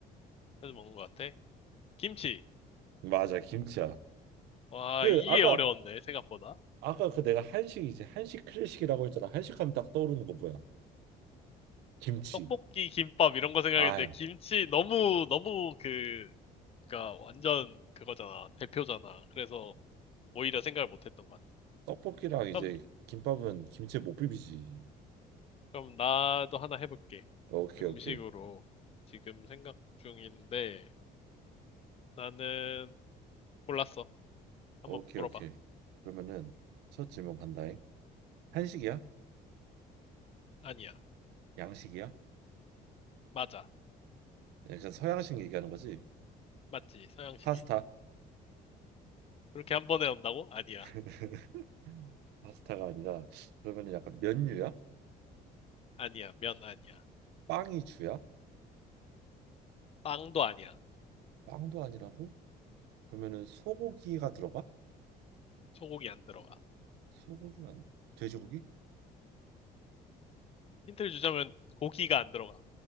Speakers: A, on the left; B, on the right.
A: 그래서 먹는 것 같아. 김치.
B: 맞아, 김치야.
A: 와,
B: 그
A: 이게
B: 아까
A: 어려웠네, 생각보다.
B: 아까 그 내가 한식이지. 한식 클래식이라고 했잖아. 한식하면 딱 떠오르는 거 뭐야? 김치.
A: 떡볶이, 김밥, 이런 거 생각했는데,
B: 아유,
A: 김치 너무, 너무 그, 그니까 완전 그거잖아. 대표잖아. 그래서, 오히려 생각을 못했던 것 같아.
B: 떡볶이랑 이제
A: 그럼,
B: 김밥은 김치에 못 비비지.
A: 그럼 나도 하나 해볼게.
B: 오케이,
A: 음식으로
B: 오케이.
A: 지금 생각 중인데 나는 골랐어. 한번
B: 오케이,
A: 물어봐.
B: 오케이. 그러면은 첫 질문 간다잉. 한식이야?
A: 아니야.
B: 양식이야?
A: 맞아.
B: 약간 서양식 얘기하는 거지?
A: 맞지. 서양식이지.
B: 파스타.
A: 그렇게 한 번에 온다고? 아니야.
B: <laughs> 파스타가 아니라 그러면은 약간 면류야?
A: 아니야. 면 아니야.
B: 빵이 주야?
A: 빵도 아니야.
B: 빵도 아니라고? 그러면은 소고기가 들어가?
A: 소고기 안 들어가.
B: 소고기가 안- 돼지고기?
A: 힌트를 주자면 고기가 안 들어가.